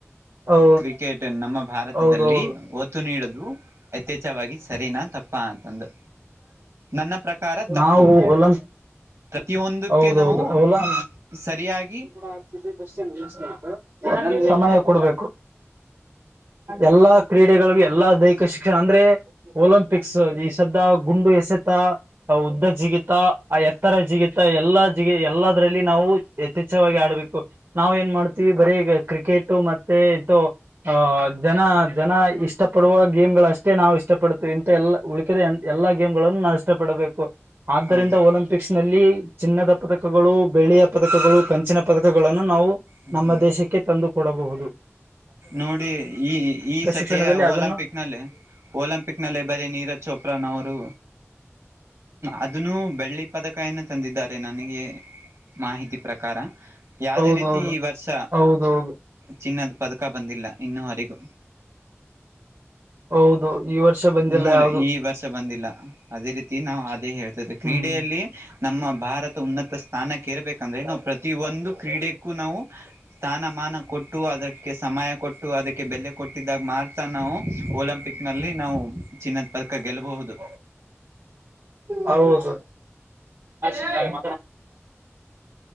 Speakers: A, on the right; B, on the right.
A: ಹೌದು
B: ಕ್ರಿಕೆಟ್ ನಮ್ಮ ಭಾರತದಲ್ಲಿ
A: ಹೌದೌದು
B: ಒತ್ತು ನೀಡದು ಯಥೇಛವಾಗಿ ಸರಿನಾಥ್ ತಪ್ಪ ಅಂತಂದು ನನ್ನ ಪ್ರಕಾರ ತಪ್ಪು
A: ನಾವು ಹೊಲ
B: ಪ್ರತಿಯೊಂದಕ್ಕೆ
A: ಹೌದೌದು
B: ನಾವು
A: ಅವಲ್ಲಾ
B: ಸರಿಯಾಗಿ
A: ಬ ಕತ ಬ ಆ ಸಮಯ ಕೊಡ್ಬೇಕು ಎಲ್ಲಾ ಕ್ರೀಡೆಗಳಗ ಎಲ್ಲಾ ದೈಹಿಕ ಶಿಕ್ಷಣ ಅಂದ್ರೆ ಒಲಿಂಪಿಕ್ಸ್ ಈ ಸದ ಗುಂಡು ಎಸೆತ ಉದ್ದ ಜಿಗಿತ ಎತ್ತರ ಜಿಗಿತ ಎಲ್ಲಾ ಜಗ ಎಲ್ಲದರಲ್ಲಿ ನಾವು ಯಥೇಚ್ಛವಾಗಿ ಆಡ್ಬೇಕು ನಾವವು ಏನ್ ಮಾಡ್ತೀವಿ ಬರೀ ಈಗ ಕ್ರಿಕೆಟ್ ಕ್ರಿಕೆ ಮತ್ತೆ ಇ ಅ ಜನ ಜನ ಇಷ್ಟ ಪಡುವ ಗೇಮ್ ಗಳ ಅಷ್ಟೇ ನಾವು ಇಷ್ಟಪಡ ಇಂತಥ ಎಲ್ಲಾ ಉಳಕಿದ ಎಲ್ಲಾ ಗೇಮ್ ಗಳನ್ನು ನಾವು ಇಷ್ಟಪಡಬೇಕು ಆದ್ದರಿಂದ
B: ಹೌದು
A: ಒಲಿಂಪಿಕ್ಸ್ ನಲ್ಲಿ ಚಿನ್ನದ ಪದಕಗಳು ಬೆಳಿಯ ಪದಕಗಳು ಕಂಚಿನ ಪದಕಗಳನ್ನು ನಾವು
B: ಹ್ಮ
A: ನಮ್ಮ ದೇಶಕ್ಕೆ ತಂದು ಕೊಡಬಹುದು ಹೌದು
B: ನೋಡಿ ಈ ಈ ಸತಿಯ
A: ಶಿಕ್ಷಣದಲ್ಲಿ ಅದನ್ನು
B: ಒಲಂಪಿಕ್ ನಲ್ಲಿ ಒಲಿಂಪಿಕ್ ನಲ್ಲೇ ಬರೀ ನೀರಜ್ ಚೋಪ್ರಾನ್ ಅವರು ಅದನ್ನು ಬೆಳ್ಳಿ ಪದಕನ್ನ ತಂದಿದ್ದಾರೆ ನನಗೆ ಮಾಹಿತಿ ಪ್ರಕಾರ ಯಾವ್ದೇ
A: ಹೌದೌದು
B: ರೀತಿ ಈ ವರ್ಷ
A: ಹೌದೌದು
B: ಚಿನ್ನದ ಪದಕ ಬಂದಿಲ್ಲ ಇನ್ನೂವರೆಗೂ
A: ಹೌದು ಈ ವರ್ಷ ಬಂದಿಲ್ಲ
B: ಮೂರ
A: ಯಾವುದು
B: ಈ ವರ್ಷ ಬಂದಿಲ್ಲ ಅದೇ ರೀತಿ ನಾವು ಅದೇ ಹೇಳ್ತದೆ ಕ್ರೀಡೆಯಲ್ಲಿ
A: ಹ್ಮ್
B: ನಮ್ಮ ಭಾರತ ಉನ್ನತ ಸ್ಥಾನಕ್ಕೆೇರ್ಬೇಕಂದ್ರೆ ನಾವು ಪ್ರತಿಯ ಒಂದು ಕ್ರೀಡೆಕ್ಕೂ ನಾವು ಸ್ಥಾನಮಾನ ಕೊಟ್ಟು ಅದಕ್ಕೆ ಸಮಯ ಕೊಟ್ಟು ಅದಕ್ಕೆ ಬೆಲೆ ಕೊಟ್ಟಿದ್ದಾಗ ಮಾತ ನಾವು ಒಓಲಂ ಪಿಕ್ ನಲ್ಲಿ ನಾವು ಚಿನ್ನದ್ ಪದಕ ಗೆಲ್ಲಬಹುದು
A: ಹೌದು ಸರಿ <unintelligible>